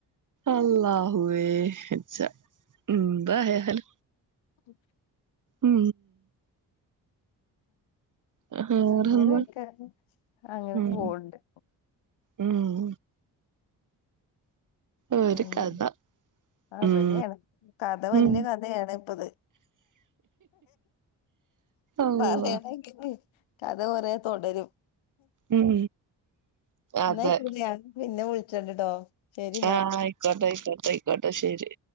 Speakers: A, on the right (about 40°); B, on the left (about 75°).
A: അല്ലാഹുവേ വ്യജ എന്തായാലും
B: ഉ
A: ഉം വേറെന്താ
B: അങ്ങനെയൊക്കെ അങ്ങനെ
A: ഉം
B: പോണ്ട്
A: ഉം ഒരു
B: പിന്നെ
A: കഥ
B: അതന്നെയാണ്
A: ഉം
B: കഥ വലിയ
A: ഉം
B: കഥയാണ് ഇപ്പത്
A: അള്ളാ
B: പറയണെങ്കിൽ കഥ കൊറെ തുടരും
A: ഉം അതെ
B: ഇന്നായിക്കോട്ടെ പിന്നെ വിളിച്ചണ്ട്ട്ടോ ശരിന്നാ.
A: ആഹ ആയിക്കോട്ടെ ആയിക്കോട്ടെ ആയിക്കോട്ടെ ശരി